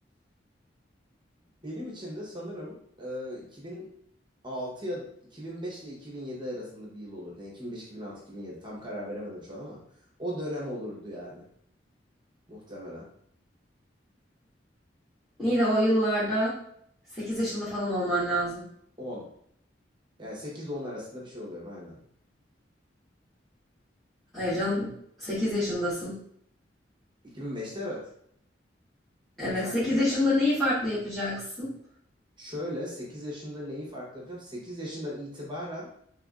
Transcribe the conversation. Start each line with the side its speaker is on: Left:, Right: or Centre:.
Right: Benim için de sanırım e, 2006 ya 2005 ile 2007 arasında bir yıl olur. Yani 2005, 2006, 2007 tam karar veremedim şu an ama o dönem olurdu yani muhtemelen.
Centre: İyi de o yıllarda sekiz yaşında falan olman lazım.
Right: 10. Yani 8-10 arasında bir şey oluyorum aynen.
Centre: Hayır canım 8 yaşındasın.
Right: 2005'te evet.
Centre: Evet,
Right: 97'liyim
Centre: 8
Right: ya
Centre: yaşında
Right: ben. Ha.
Centre: neyi farklı yapacaksın?
Right: Şöyle 8 yaşında neyi farklı yapacağım? 8 yaşından itibaren